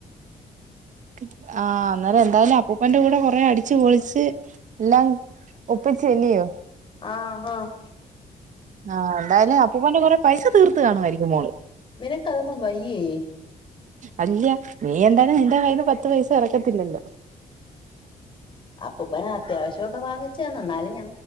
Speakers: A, on the right; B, on the left.
A: <inaudible> ആഹ് അന്നേരം എന്തായാലും അപ്പുപ്പന്റെ കൂടെ കുറെ അടിച്ച് പൊളിച്ച് എല്ലാം ഒപ്പിച്ചല്ലിയോ
B: ആഹ് ആഹ്
A: ആഹ എന്തായാലും അപ്പൂപ്പന്റെ കൊറെ പൈസ തീർത്ത് കാണുമായിരിക്കും മോള്
B: നിനക്കതൊന്നും വയ്യേ
A: അല്ല നീ എന്തായാലും നിന്റെ കൈയിന്ന്‌ പത്ത് പൈസ ഇറക്കത്തില്ലല്ലോ
B: അപ്പൂപ്പന് അത്യാവശ്യമോക്കെ വാങ്ങിച്ച തന്ന് എന്നാലും ഞാ....